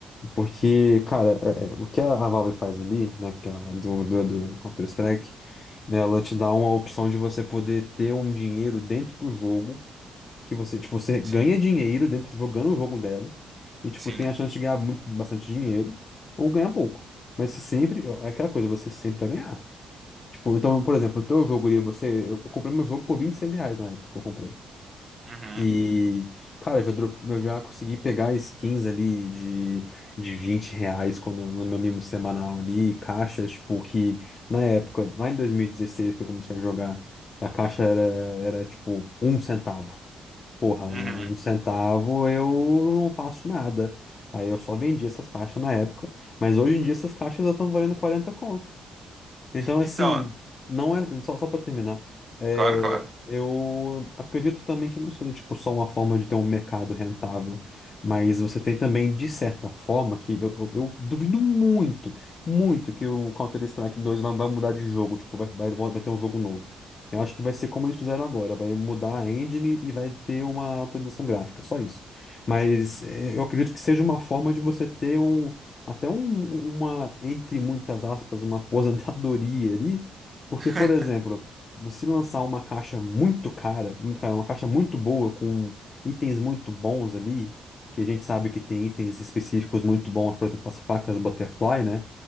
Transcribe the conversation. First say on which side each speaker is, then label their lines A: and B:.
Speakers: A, on the left (about 40°); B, on the right (about 30°).
A: Porque, cara, é- é, o que a a Valve faz ali, né, que é a desenvolvedora do, do Counter-Strike, né, ela te dá uma opção de você poder ter um dinheiro dentro do jogo, que você, tipo, você ganha
B: Sim,
A: dinheiro dentro jogando o jogo dela, e, tipo,
B: sim.
A: tem a chance de ganhar muito, bastante dinheiro, ou ganhar pouco. Mas você sempre, é aquela coisa, você sempre vai ganhar. Tipo, então, por exemplo, o teu jogo ali, você, eu comprei meu jogo por 26 reais na época que eu comprei.
B: Uhum,
A: E, cara, eu já, dro- eu já consegui pegar skins ali de, de 20 reais quando, no meu mimo semanal ali, caixas, tipo, que na época, lá em 2016 que eu comecei a jogar, a caixa era, era tipo um centavo. Porra, um,
B: uhum.
A: um centavo eu não faço nada. Aí eu só vendi essas caixas na época, mas hoje em dia essas caixas já estão valendo 40 conto. Então, assim,
B: Então,
A: não é. Só, só para terminar, é,
B: claro, claro.
A: eu acredito também que não seja tipo, só uma forma de ter um mercado rentável, mas você tem também, de certa forma, que eu, eu, eu duvido muito, muito que o Counter-Strike 2 vai, vai mudar de jogo, tipo, vai, vai, vai ter um jogo novo. Eu acho que vai ser como eles fizeram agora, vai mudar a engine e vai ter uma atualização gráfica, só isso. Mas é, eu acredito que seja uma forma de você ter um até um- uma, entre muitas aspas, uma <laughs> aposentadoria ali, porque,
B: <laughs>
A: por exemplo, você lançar uma caixa muito cara, muito cara, uma caixa muito boa, com itens muito bons ali, que a gente sabe que tem itens específicos muito bons, por exemplo, as facas Butterfly, né?